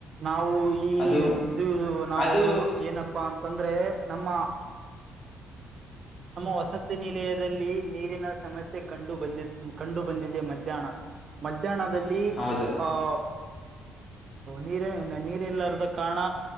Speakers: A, on the right; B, on the left.
A: ನಾವು ಈ
B: ಅದು
A: ಇದು ನಾವು
B: ಅದು
A: ಏನಪ್ಪಾ ಅಂತಂದ್ರೆ ನಮ್ಮ ನಮ್ಮ ವಸತಿ ನಿಲಯದಲ್ಲಿ ನೀರಿನ ಸಮಸ್ಯೆ ಕಂಡು ಬಂದಿ ಕಂಡು ಬಂದಿದೆ ಮಧ್ಯಾಹ್ನ ಮಧ್ಯಾಹ್ನದಲ್ಲಿ
B: ಹೌದು
A: ಆಹ ನೀರ ನೀರ್ಲ್ಲಾರದ ಕಾರಣ